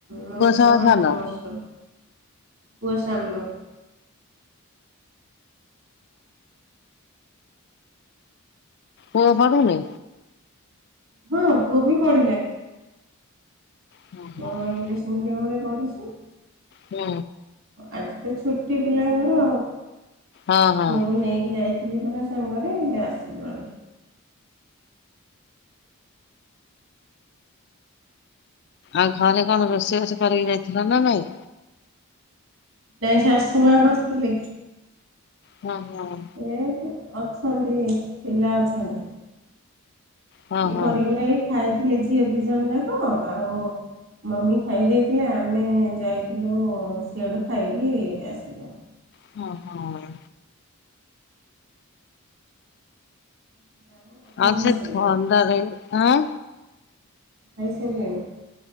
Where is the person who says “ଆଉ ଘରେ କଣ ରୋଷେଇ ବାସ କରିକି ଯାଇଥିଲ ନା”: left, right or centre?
Left